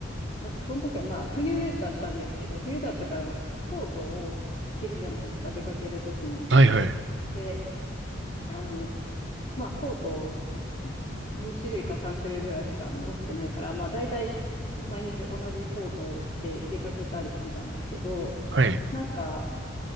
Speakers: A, on the left; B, on the right.
A: なんかその時はまあ冬だったんですけど、冬だったからコートを着るじゃないですか、出かける時に。
B: はいはい。
A: で、あの、まあ、コート2種類か3種類ぐらいしか持ってないから、まあ、大体毎日同じコートを着て出かけたりしてたんですけど、
B: はい。
A: なんか、